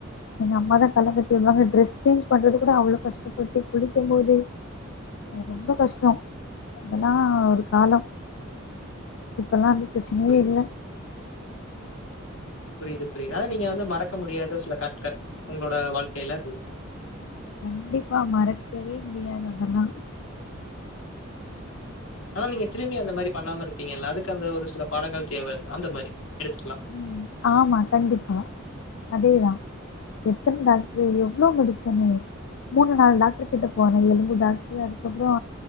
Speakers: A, on the left; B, on the left.
A: எங்க அம்மா தா தல கட்டி வுடுவாங்க டிரெஸ் சேஞ்ச் பண்றது கூட அவ்ளோ கஷ்டப்பட்டு குளிக்கு போது ரொம்ப கஷ்டோ அதலா ஒரு காலோ இப்பலா வந்து பிரெச்சனயே
B: புரியுது,
A: இல்ல
B: புரிது புரிது அத நீங்க வந்து மறக்க முடியாத சில கட்கட் உங்களோட வாழ்க்கைல அது
A: கண்டிப்பா மறக்கவே முடியாது அதெல்லா
B: ஆனா நீங்க திரும்பி அந்த மாரி பண்ணாம இருப்பீங்க ல்ல அதுக்கு அந்த ஒரு சில பாடங்கள் தேவ ல அந்த மாரி எடுத்க்கலா
A: ம் ஆமா கண்டிப்பா அதேதா எத்தன டாக்ட்ரு எவ்ளோ மெடிசனு மூணு நாலு டாக்டர் கிட்ட போனே எலும்பு டாக்டரு அதுக்கப்பறோ